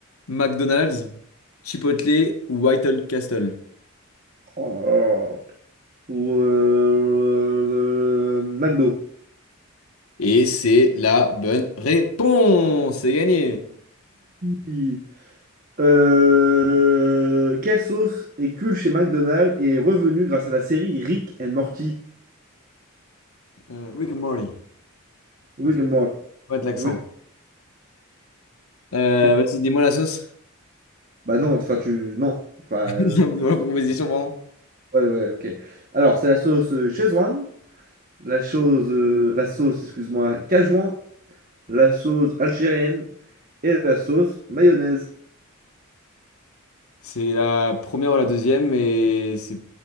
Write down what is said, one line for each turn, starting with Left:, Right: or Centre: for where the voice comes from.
Left: McDonald's, Chipotle ou White Castle?
Right: Oh là là. Ou euh, McDo.
Left: Et c'est la bonne réponse. C'est gagné.
Right: Oui. Euh, quelle sauce est cool chez McDonald's et est revenue grâce à la série Rick and Morty?
Left: Euh, Rick and Morty.
Right: Rick
Left: Parce que
Right: and
Left: faut
Right: Morty.
Left: Pas de l'accent.
Right: Oui,
Left: Euh,
Right: c'est- cool.
Left: vas-y, dis-moi la sauce.
Right: Bah non, enfin tu... Non. Enfin,
Left: <laughs>
Right: euh,
Left: Dis-moi la proposition, pardon.
Right: ouais, ouais, ok. Alors, c'est la sauce euh, Szechuan, la chose... euh, la sauce, excuse-moi, Cajouan la sauce algérienne et la sauce mayonnaise.
Left: C'est la première ou la deuxième, mais c'est